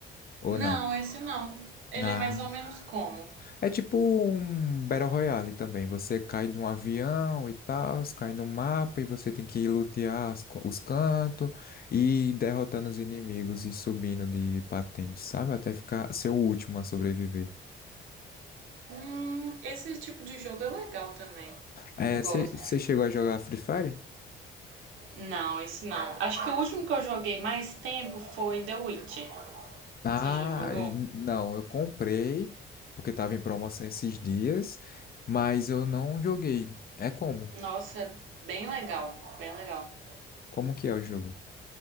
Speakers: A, on the left (about 50°); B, on the right (about 85°).
A: Ou
B: Não,
A: não?
B: esse não. Ele
A: Ah,
B: é mais ou menos como?
A: é tipo um Battle Royale também. Você cai de um avião e tal, cai no mapa e você tem que lutear as co- os cantos e ir derrotando os inimigos e subindo de patente, sabe? Até ficar ser o último a sobreviver.
B: Hum, esse tipo de jogo é legal também.
A: É,
B: Eu gosto.
A: você chegou a jogar Free Fire?
B: Não, esse não. Acho que o último que eu joguei mais tempo foi The Witcher.
A: Ah,
B: Você já jogou?
A: n- não, eu comprei porque tava em promoção esses dias, mas eu não joguei. É como?
B: Nossa, é bem legal, bem legal.
A: Como que é o jogo?